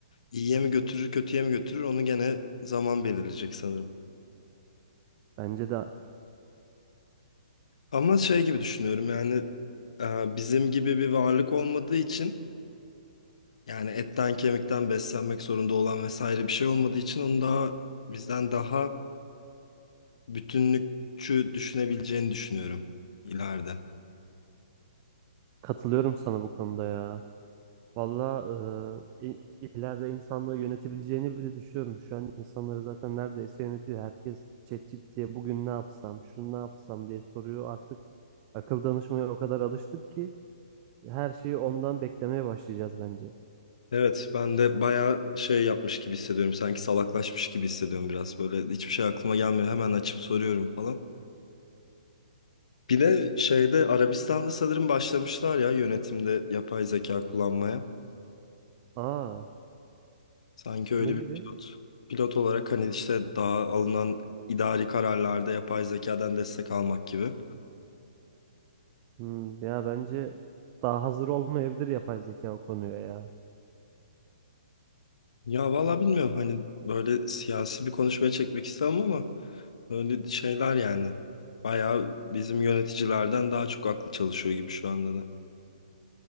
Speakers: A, on the left; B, on the right.
A: iyiye mi götürür kötüye mi götürür onu gene zaman belirleyecek sanırım.
B: Bence de
A: Ama şey gibi düşünüyorum yani e, bizim gibi bir varlık olmadığı için yani etten kemikten beslenmek zorunda olan vesaire bir şey olmadığı için onu daha bizden daha bütünlükçü düşünebileceğini düşünüyorum ileride.
B: katılıyorum sana bu konuda ya. Vallahi e, i- ileride insanlığı yönetebileceğini bile düşünüyorum. Şu an insanları zaten neredeyse yönetiyor. Herkes ChatGPT'ye ye bugün ne yapsam, şunu ne yapsam diye soruyor. Artık Akıl danışmaya o kadar alıştık ki her şeyi ondan beklemeye başlayacağız bence.
A: Evet, ben de bayağı şey yapmış gibi hissediyorum. Sanki salaklaşmış gibi hissediyorum biraz böyle. Hiçbir şey aklıma gelmiyor. Hemen açıp soruyorum falan. Bir de şeyde Arabistan'da sanırım başlamışlar ya yönetimde yapay zeka kullanmaya.
B: Aa,
A: Sanki öyle
B: ne gibi?
A: bir pilot. Pilot olarak hani işte daha alınan idari kararlarda yapay zekadan destek almak gibi.
B: Hmm, ya bence daha hazır olmayabilir yapay zeka o konuya ya.
A: Ya valla bilmiyorum hani böyle siyasi bir konuşmaya çekmek istemem ama böyle şeyler yani. Bayağı bizim yöneticilerden daha çok aklı çalışıyor gibi şu anda da.